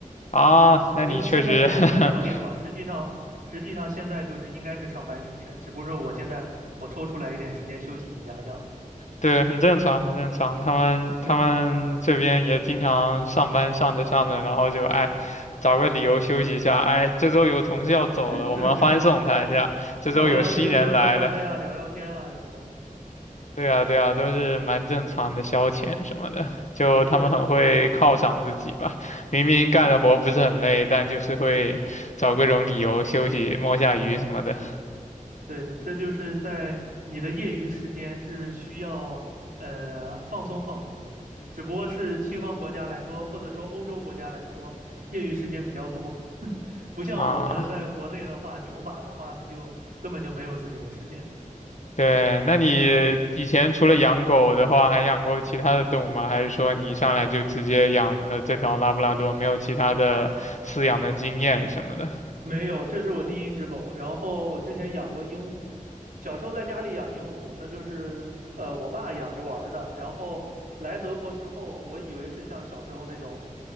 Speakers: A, on the left (about 60°); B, on the right (about 85°).
A: 啊，那你确实
B: 因为现在不是才两点嘛，
A: <laughs>
B: 实际上实际上现在就是应该是上班时间，只不过我现在我抽出来一点时间休息一下这样子。
A: 对，很正常，很正常。他们他们这边也经常上班上着上着，
B: 对
A: 然后就哎，找个理由休息一下。哎，这周有同事要走了，
B: <laughs>
A: 我们欢送他一下。
B: 对，
A: 这周有新人来了，
B: 然后要不就是喝咖啡啊、聊聊天啊什么的。
A: 对啊对啊，都是蛮正常的消遣什么的。就他们很会犒赏自己吧，
B: 对
A: 明明干的活不是很累，但就是会找各种理由休息，摸下鱼什么的
B: 对的，这就是在你的业余时间是需要呃放松放松的，只不过是西方国家来说，或者说欧洲国家来说，业余时间比较多，<laughs> 不像我们在国内的话，
A: 啊。
B: 牛马的话，那就根本就没有自己的时间。
A: 对，那你以前除了养狗的话，还养过其他的动物吗？还是说你一上来就直接养了这条拉布拉多，没有其他的饲养的经验什么的？
B: 没有，这是我第一只狗。然后我之前养过鹦鹉，小时候在家里养鹦鹉，那就是呃我爸养着玩儿的。然后来德国之后，我以为是像小时候那种